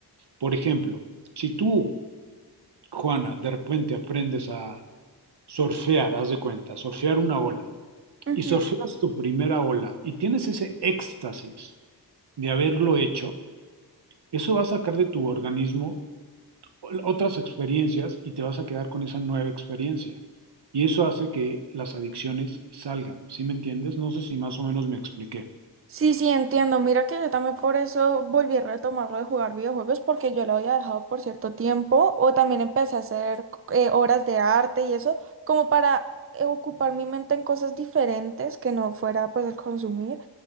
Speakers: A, on the right; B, on the right.
A: Por ejemplo, si tú, Juana, de repente aprendes a surfear, haz de cuenta, surfear una ola,
B: ujú.
A: y surfeas tu primera ola y tienes ese éxtasis de haberlo hecho, eso va a sacar de tu organismo otras experiencias y te vas a quedar con esa nueva experiencia. Y eso hace que las adicciones salgan. ¿Sí me entiendes? No sé si más o menos me expliqué.
B: Sí, sí, entiendo. Mira que yo también por eso volví a retomar lo de jugar videojuegos porque yo lo había dejado por cierto tiempo o también empecé a hacer eh, obras de arte y eso como para eh, ocupar mi mente en cosas diferentes que no fuera pues el consumir.